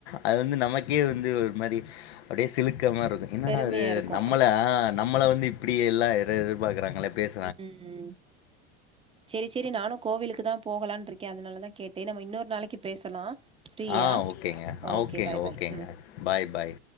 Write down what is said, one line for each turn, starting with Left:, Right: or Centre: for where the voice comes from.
Left: அது வந்து நமக்கே வந்து ஒரு மாரி அப்டியே சிலுக்க மாரிருக்கு என்னடா
Right: பெருமையா
Left: அது
Right: இருக்கு
Left: நம்மள ஆ நம்மள வந்து இப்டி எல்லா எதிர்பாக்குறாங்களே பேச
Right: ம் சேரி சேரி நானு கோவிலுக்கு தா போகலாம்ன்ருக்கே அதனால தா கேட்டே நம்ம இன்னொரு நாளைக்கு பேசலா ஃப்ரீயா
Left: ஆ சரியா?
Right: ஓகே
Left: ஓகேங்க
Right: பாய் பாய்
Left: ஓகேங்க
Right: ம்
Left: பாய் பாய்